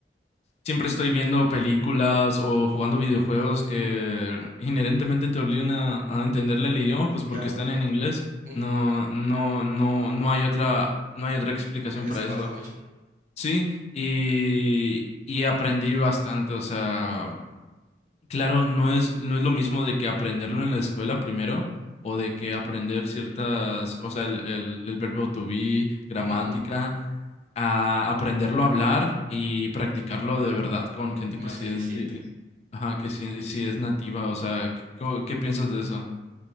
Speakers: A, on the left; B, on the right.
A: Siempre estoy viendo películas o jugando videojuegos que inherentemente te obligan a, a entenderle el idioma, pues
B: claro,
A: porque están en inglés.
B: ujú,
A: No, no, no, no hay otra, no hay otra explicación
B: Eso
A: para eso.
B: pasa mucho.
A: Sí, y, y aprendí bastante. O sea, claro, no es, no es lo mismo de que aprenderlo en la escuela primero, o de que aprender ciertas, o sea, el, el, el verbo to be, gramática
B: Ujú,
A: a aprenderlo a hablar y practicarlo de verdad con gente
B: Más
A: que sí
B: eficiente.
A: es, bili- ajá, que sí, sí es nativa, o sea, ¿qué, qué piensas de eso?